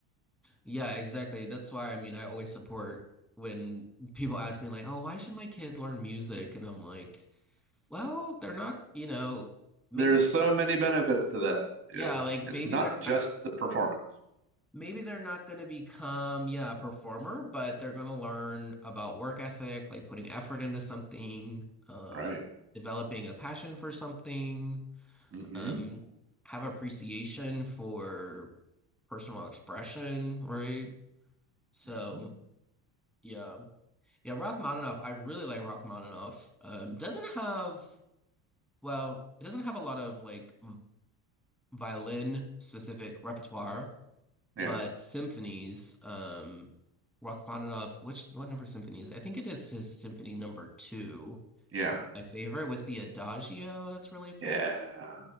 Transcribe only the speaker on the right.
There's so many benefits to that. Yeah.
It's not
just
the performance.
Right.
hmm
hmm
Yeah.
Yeah.
Yeah.